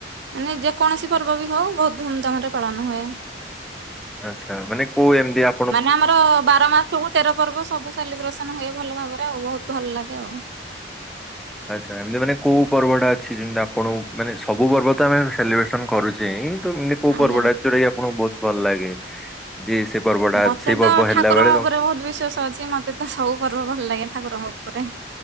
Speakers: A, on the right (about 75°); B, in the centre.
A: ମାନେ ଯେକୌଣସି ପର୍ବ ବି ହୋଉ ବୋହୁତ ଧୁମଧାମରେ ପାଳନ ହୁଏ।
B: ଆଚ୍ଛା ମାନେ କୋଉ ଏନ୍ଦିଆ?
A: ମାନେ ଆମର-ଅ ବାର ମାସକୁ ତେର ପର୍ବ ସବୁ ସାଲିବ୍ରେସନ ହୁଏ ଭଲ ଭାବରେ ଆଉ ବୋହୁତ ଭଲ ଲାଗେ ଆଉ।
B: <inaudible> ଆଚ୍ଛା ଏମିତି ମାନେ କୋଉ ପର୍ବଟା ଅଛି ଯେମିତି ଆପଣଙ୍କୁ ମାନେ ସବୁ ପର୍ବ ତ ଆମେ ସେଲିବ୍ରେସନ କରୁଚେ ଚେଇଁ ତ ମନେ କୋଉ
A: ଆଜ୍ଞା।
B: ପର୍ବଟା ଯୋଟାକି ଆପଣଙ୍କୁ ବୋହୁତ ଭଲ ଲାଗେ? ଇଏ ସେ ପର୍ବ
A: ମତେ
B: ସେଇ
A: ତ
B: ହେଲା
A: ଠାକୁରଙ୍କ
B: ବେଳେ ତ-
A: ଉପରେ ବୋହୁତ ବିଶ୍ଵାସ ଅଛି ମତେ ତେ ସବୁ ପର୍ବ ଭଲ ଲାଗେ ଠାକୁରଙ୍କ ଉପରେ,